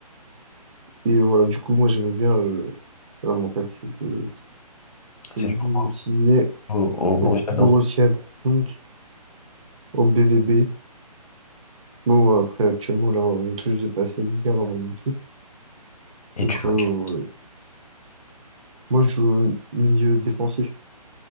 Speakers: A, on the right; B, on the left.
A: Et voilà, du coup, moi, j'aimais bien, euh, voilà, mon rêve, c'est de, c'est
B: C'est
A: de
B: au,
A: signer
B: au, au Borussia
A: au Borussia
B: Dortmund.
A: Dortmund, au BVB. Bon, après, actuellement, là, on est tous de passer Ligue 1 dans mon équipe.
B: Et
A: Donc,
B: tu joues
A: euh,
B: à quel
A: moi, je joue milieu défensif.